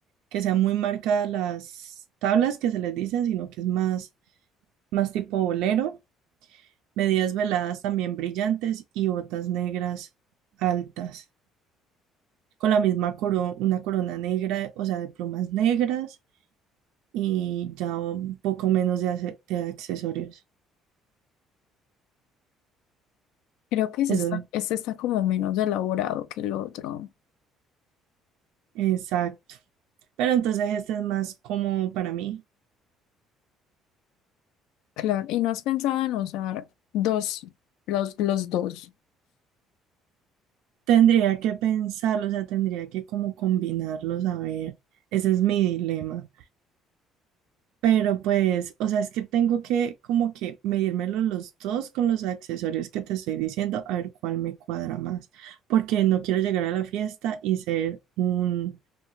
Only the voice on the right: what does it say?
que sean muy marcadas las tablas que se les dicen, sino que es más, más tipo bolero, medias veladas también brillantes y botas negras altas, con la misma corona, una corona negra, o sea, de plumas negras y ya un poco menos de, ace- de accesorios.
Eso,
exacto. Pero entonces este es más como para mí.
Tendría que pensarlo, o sea, tendría que como combinarlos, a ver, ese es mi dilema. Pero pues, o sea, es que tengo que como que medírmelo los dos con los accesorios que te estoy diciendo, a ver cuál me cuadra más, porque no quiero llegar a la fiesta y ser un,